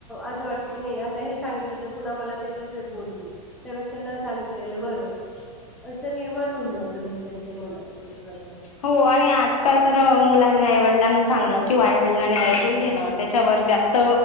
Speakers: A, in the centre; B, on the left.
A: असं वाटत की नइ आता हे सांगितलं तर पुन्हा मला ते तसच बोलतील त्यापेक्षा न सांगितलेलं बरं असं निर्माण होऊन जात मग त्यांच्या मनात एक प्रकारे
B: हो आणि आज काल तर मुलांनी आईवडलांना सांगणं किंवा आईवडिलांने ऐकून घेणं त्याच्यावर जास्त